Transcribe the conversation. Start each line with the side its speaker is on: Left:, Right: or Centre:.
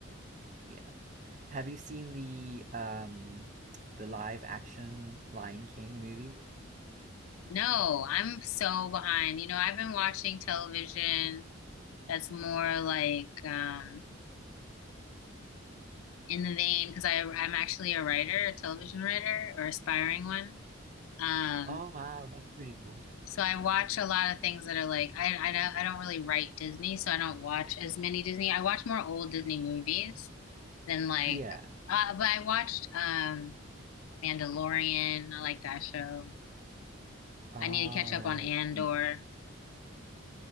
Right: Yeah. Have you seen the um, the live action Lion King movie?
Left: No, I'm so behind. You know, I've been watching television that's more like um in the vein because I I'm actually a writer, a television writer or aspiring one. Um,
Right: Oh wow, that's pretty cool.
Left: so I watch a lot of things that are like I I don't I don't really write Disney, so I don't watch as many Disney. I watch more old Disney movies than like
Right: Yeah.
Left: uh, but I watched um Mandalorian. I like that show.
Right: All
Left: I need to catch up
Right: right.
Left: on Andor.
Right: Yeah.